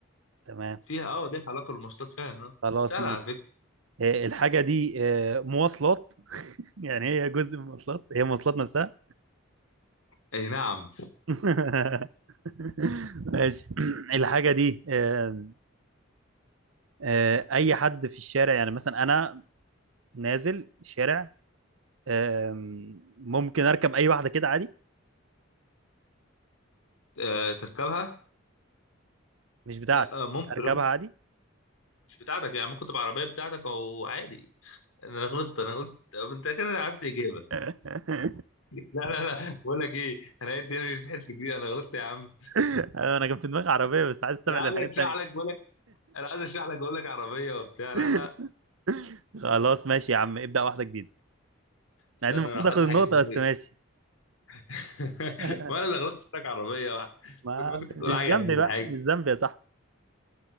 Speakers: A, on the right; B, on the left.
A: تمام
B: فيها اه ليها علاقة بالمواصلات فعلا اه
A: خلاص
B: سهلة
A: ماشي
B: على فكرة
A: آه، الحاجة دي آه، مواصلات يعني هي جزء من المواصلات هي مواصلات نفسها
B: اي نعم
A: <laughs> ماشي <clears throat> الحاجة دي آم، آه، أي حد في الشارع يعني مثلا أنا نازل الشارع آم، ممكن أركب أي واحدة كده عادي
B: آه تركبها
A: مش بتاعتي
B: لا آه ممكن
A: أركبها
B: اه
A: عادي
B: مش بتاعتك يعني ممكن تبقى عربية بتاعتك او عادي انا غلطت انا قلت طب انت كده عرفت اجابة <laughs>
A: <laughs>
B: لا لا لا بقول لك ايه انا قلت انا مش تحس كبير انا غلطت يا عم
A: أيوة، أنا كان في دماغي عربية بس عايز أستبعد
B: انا عايز
A: الحاجات
B: اشرح
A: التانية
B: لك بقول لك انا عايز اشرح لك بقول لك عربية وبتاع لا
A: <laughs>
B: لا
A: خلاص ماشي يا عم ابدأ واحدة جديدة
B: استنى
A: مع ان المفروض
B: انا هحط
A: اخد النقطة
B: حاجة في دماغي
A: بس ماشي
B: <laughs>
A: <laughs>
B: وانا اللي غلطت قلت لك عربية
A: ما
B: كنت ممكن تقول
A: مش
B: حاجة
A: ذنبي
B: يعني، ولا
A: بقى
B: حاجة
A: مش ذنبي يا صاحبي